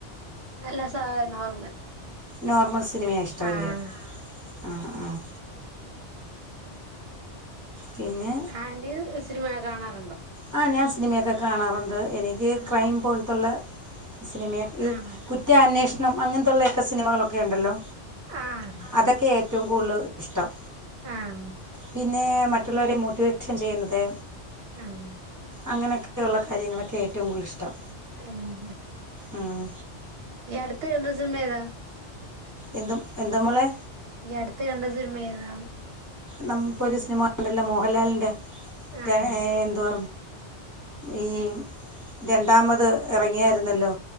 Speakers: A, on the right; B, on the right.
A: അല്ലാ സാധ നോർമൽ
B: നോർമൽ സിനിമയാ ഇഷ്ടം അല്ലെ
A: ആഹ്
B: ആഹ് ആഹ് പിന്നെ
A: ആന്റി സിനിമയൊക്ക കാണാർ
B: ആ ഞാൻ സിനിമയൊക്കെ കാണാറുണ്ട് എനിക്ക്
A: ആഹ്
B: ക്രൈം പോൽത്തുള്ള സിനിമയെ ഈ
A: ആഹ്
B: കുറ്റാന്വേഷണം അങ്ങനത്തൊയെള്ളാ ഒക്കെ സിനിമകളൊക്കെണ്ടല്ലോ
A: ആഹ്
B: അതൊക്കെ ഏറ്റോം കൂടുല് ഇഷ്ടം
A: ആഹ്
B: പിന്നെ മറ്റുള്ളവരെ മോട്ടിവേഷൻ ചെയ്യ്ന്നത്
A: ആഹ്
B: അങ്ങനെ ഓക്കെ ഒള്ള കാര്യങ്ങളൊക്കെ ഏറ്റോം കൂടുതല്ല് ഇഷ്ടം
A: ഉം
B: ഉം
A: ഈ അടുത്ത് കണ്ട സിനിമാ ഏതാ
B: എന്തും എന്താ മോളെ
A: ഈ അടുത്ത് കണ്ട സിനിമ ഏതാന്ന്
B: നംപ്പോം ഒര് സിനിമ കണ്ട ല്ലേ മോഹൻലാലിൻ്റെ
A: ആഹ്
B: ഏഹ് എന്തുവ ഈ രണ്ടാമത് എറങ്ങിയാരുന്നല്ലോ